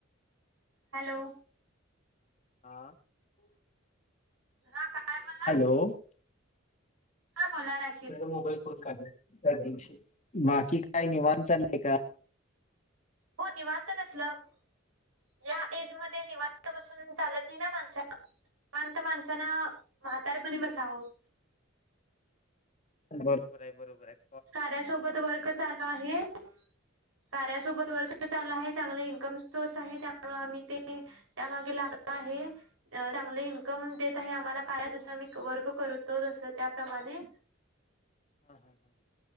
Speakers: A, on the right; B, on the left.
A: हॅलो-
B: आ
A: हा आता काय बोललास
B: हो-
A: काय बोलणार आहेस
B: घरी मोबाईल फोन काढले, त्या दिवशी बाकी काय निवांत चाललंय का-
A: हो निवांत कसलं- या ऐजमध्ये निवांत बसून चालत नाही ना माणसानं, 'निवांत माणसानं- म्हातारपणी बसावं. -
B: बरोबर आहे, बरोबर आहे. -
A: कार्यासोबत वर्क चालू आहे.
B: <unintelligible>
A: - कार्यासोबत वर्क चालू आहे. चांगलं इन्कम सोर्स आहे, त्यामुळे आम्ही ते- त्यामागे लागला आहे चांगले इन्कम देत आहे आम्हाला काय जसं मी वर्क करतो तसं त्याप्रमाणे.
B: हा हा हा.